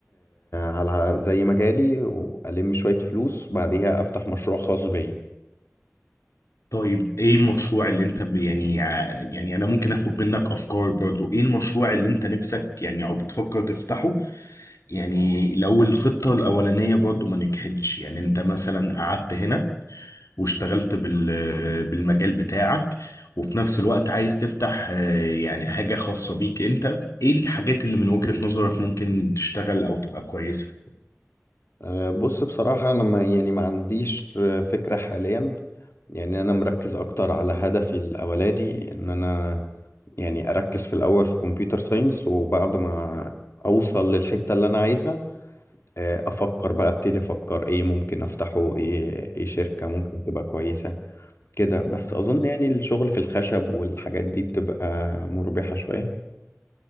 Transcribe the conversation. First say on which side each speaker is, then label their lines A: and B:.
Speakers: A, on the left; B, on the left.
A: على زي مجالي والم شوية فلوس بعديها افتح مشروع خاص بيا
B: طيب ايه المشروع اللي انت ب- يعني ع- يعني انا ممكن اخد منك افكار برضو ايه المشروع اللي انت نفسك يعني او بتفكر تفتحه يعني لو الخطة الاولانية برضو ما نجحتش يعني انت مثلا قعدت هنا واشتغلت بال بالمجال بتاعك وفي نفس الوقت عايز تفتح آه، يعني حاجة خاصة بيك انت ايه الحاجات اللي من وجهة نظرك ممكن تشتغل او تبقى كويسة
A: آه بص بصراحة انا ما يعني ما عنديش آه، فكرة حاليا يعني انا مركز اكتر على هدفي الاولاني ان انا يعني اركز في الاول في كمبيوتر ساينس وبعد ما اوصل للحتة اللي انا عايزها آه، افكر بقى ابتدي افكر ايه ممكن افتحه ايه ايه شركة ممكن تبقى كويسة كده بس اظن يعني الشغل في الخشب والحاجات دي بتبقى مربحة شوية